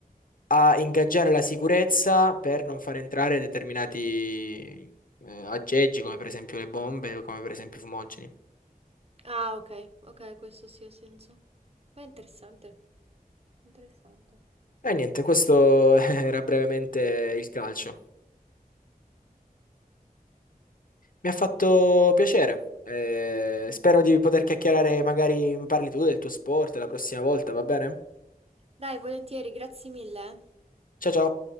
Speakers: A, on the left; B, on the right.
A: a ingaggiare la sicurezza per non far entrare determinati eh, aggeggi, come per esempio le bombe o come per esempio i fumogeni.
B: Ah, ok, ok, questo sì ha senso. Ma è interessante, interessante.
A: E niente, questo <laughs> era brevemente il calcio. Mi ha fatto piacere. eh, spero di poter chiacchierare, magari mi parli tu del tuo sport la prossima volta, va bene?
B: Dai, volentieri, grazie mille. eh.
A: Ciao ciao.